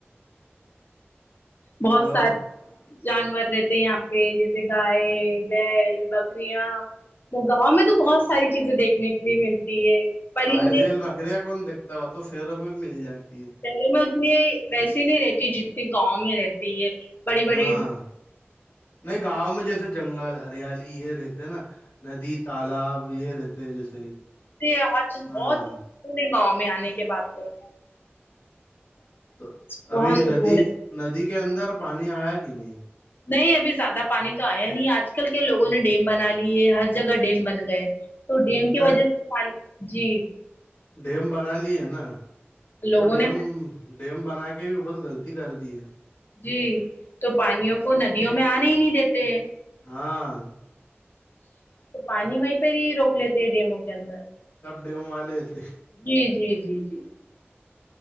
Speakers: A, on the left; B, on the left.
A: بہت
B: ہلو
A: ساری جانور رہتے یہاں پہ جیسے گائے بیل بکریاں گاؤں میں تو بہت ساری چیزیں دیکھنے لیے ملتی ہے پرندے
B: گائے بھیل بکریاں کون دیکھتا ہے وہ تو شہروں میں مل جاتی ہے
A: شہروں میں اتنی ویسی نہیں رہتی جتنی گاؤں میں رہتی ہے بڑی بڑی
B: ہاں نہیں گاؤں میں جیسے جنگل ہریالی یہ رہتے ہے نا ندی تالاب یہ رہتے ہیں جیسے
A: تے ہر چیز
B: ہاں
A: بہت <unintelligible> گاؤں میں آنے کے بعد تو
B: تو
A: بہت
B: ابھی
A: سکون
B: ندی
A: ہے
B: ندی کے اندر پانی آیا کہ نہیں
A: نہیں ابھی زیادہ پانی تو آیا نہیں آج کل کے لوگوں نے ڈیم بنا لیے ہر جگہ ڈیم بن گئے تو ڈیم
B: اچھا
A: کی وجہ سے پانی جی
B: ڈیم بنا لی ہے نا
A: لوگوں
B: وہ ڈیم
A: نے
B: ڈیم بنا کیول غلطی کر دی ہے
A: جی تو پانیوں کو ندیوں میں آنے ہی نہیں دیتے ہیں
B: ہاں
A: تو پانی وہیں پہ ہی روک لیتے ہیں ڈیموں کے اندر
B: سب ڈیم والے تھے
A: جی جی جی جی